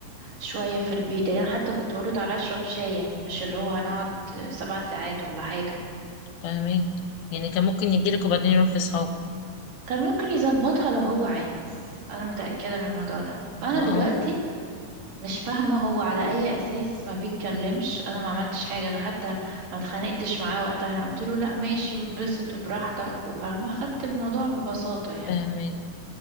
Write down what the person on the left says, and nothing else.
فاهمين يعني كان ممكن يجيلك وبعدين يروح لأصحابه
ما
اه
فاهمين